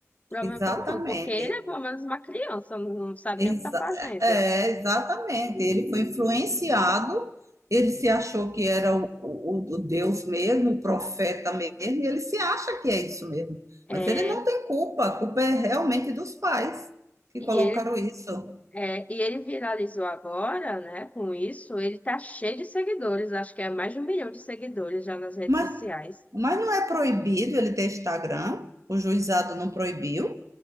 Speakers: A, on the left; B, on the right.
A: Problema
B: exatamente.
A: todo mundo, porque ele é pelo menos uma criança, não não sabe
B: Exa-
A: nem o que tá fazendo.
B: é, exatamente. Ele foi influenciado, ele se achou que era o, o- o Deus mesmo, o profeta mesmo, e ele se acha que é isso mesmo.
A: É,
B: Mas ele não tem culpa, a culpa é realmente dos pais que
A: e
B: colocaram
A: ele,
B: isso.
A: é, e ele viralizou agora, né? Com isso, ele tá cheio de seguidores, acho que é mais de um milhão de seguidores já nas redes
B: Mas,
A: sociais.
B: mas não é proibido ele ter Instagram, o juizado não proibiu,